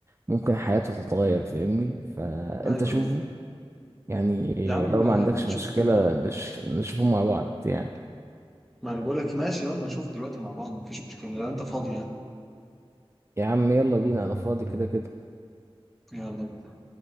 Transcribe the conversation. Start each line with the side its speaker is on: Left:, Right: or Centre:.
Right: ممكن حياته تتغير فاهمني فأنت
Centre: ايوه
Right: شوفه
Centre: ايوه
Right: يعني
Centre: يا عم
Right: لو
Centre: ما
Right: ما عندكش
Centre: ما نشوفه
Right: مشكلة نش- نشوفه مع بعض يعني
Centre: ما انا بقول لك ماشي يلا نشوفه دلوقتي مع بعض مفيش مشكله لو انت فاضي يعني
Right: يا عم يلا بينا أنا فاضي كده كده
Centre: يلا بينا.